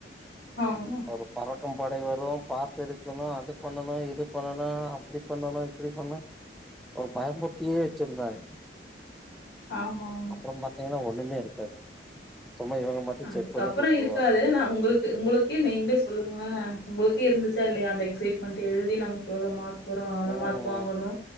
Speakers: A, on the left; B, in the centre.
A: ஆமா,
B: ஒரு பறக்கும் படை வரு பாத்து இருக்கணு அது பண்ணணு இது பண்ணணு அப்டி பண்ணணு இப்டி பண்ணு ஒரு பயமூர்த்தியே வச்சுருந்தாங்
A: ஆமாமா.
B: அபறம் பாத்தீங்கன்னா ஒ ஒன்னுமே இருக்காது சும்மா இவங்க மட்டு
A: அதுக்கப்றோ
B: செக் பண்ணி கூப்ட்ருவாங்க
A: இருக்காது நா உங்களுக்கு உங்களுக்கே நீங்களே சொல்லுங்களே உங்குளுக் இருந்துச்சா இல்லையா அந்த எக்சைட்மென்ட்டு எழுதி நமக்கு எவ்வளோ மார்க் வரு நல்ல
B: ம்
A: மார்க் வாங்கணு